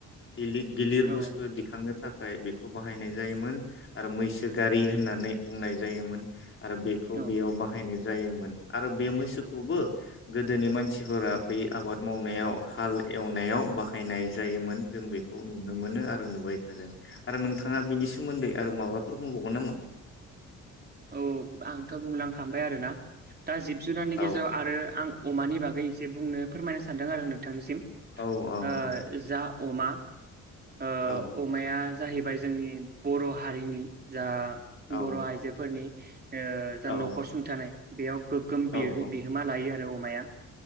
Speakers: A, on the left; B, on the right.
A: गिलिद गिलिर
B: औ
A: बुस्थु दिखांनो थाखाय बेखौ बाहायनाय जायोमोन। आरो मैसो गारि होननानै बुंनाय जायोमोन। आरो बेखौ
B: औ
A: बेयाव बाहायनाय जायोमोन आरो बे मैसो खौबो गोदोनि मानसिफोरा बे आबाद मावनायाव हाल एवनायाव बाहायनाय जायोमोन जों बेखौ नुनो मोनो आरो नुबाय थादों आरो नोंथां ङा बिनि
B: औ
A: सोमोन्दै आरो माबा फोर बुंबावगोन नामा?
B: औ आंथ' बुंलांखांबाय आरोना। दा जिब जुनारनि गेजेराव
A: औ
B: आरो आं अमानि बागै एसे बुंनो फोरमायनो सानदों आरो नोंथांनिसिम।
A: औ औ
B: ओ
A: औ
B: जा अमा ओ
A: औ
B: अमाया जाहैबाय जोंनि बर' हारिनि जा
A: औ
B: बर' आय फोरनि ओ जा
A: औ
B: न'खर सुंथानाय बेयाव गोग्गोम बिहो-बिहोमा
A: औ औ
B: लायो आरो बे अमाया